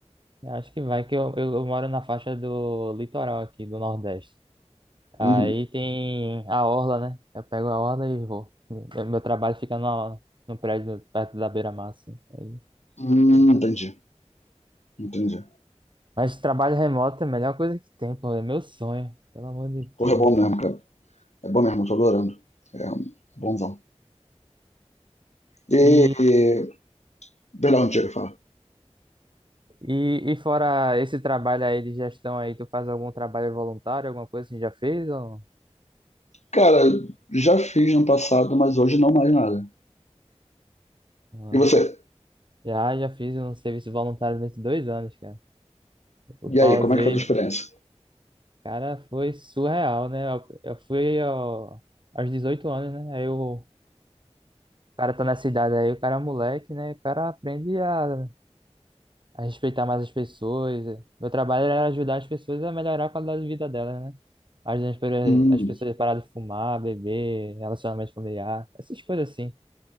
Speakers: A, on the right; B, on the left.
A: Eu acho que vai, que eu, eu, eu moro na faixa do litoral aqui, do Nordeste. Aí
B: Uhum.
A: tem a orla, né? Eu pego a orla e vou. Meu meu trabalho fica no, no prédio perto da beira-mar, assim. Aí,
B: Hum,
A: legal.
B: entendi. Entendi.
A: Mas trabalho remoto é a melhor coisa que tem, pô. É meu sonho, pelo amor de Deus.
B: Corre é bom mesmo, cara. É bom mesmo, eu tô adorando. É um, bonzão. E,
A: E
B: e verão antigo, fala.
A: E, e fora esse trabalho aí de gestão aí, tu faz algum trabalho voluntário, alguma coisa que já fez ou
B: Cara, já fiz no passado, mas hoje não mais nada.
A: não?
B: E você?
A: Já, já fiz um serviço voluntário durante dois anos, cara. Eu pausei.
B: E aí, como é que foi a tua experiência?
A: Cara, foi surreal, né? Eu, eu fui ó, aos 18 anos, né? Aí o o cara tá nessa idade aí, o cara é moleque, né? O cara aprende a, a respeitar mais as pessoas. Meu trabalho era ajudar as pessoas a melhorar a qualidade de vida delas, né? Ajudando as pe-
B: Hum,
A: as pessoas a parar de fumar, beber, relacionamento familiar, essas coisas assim.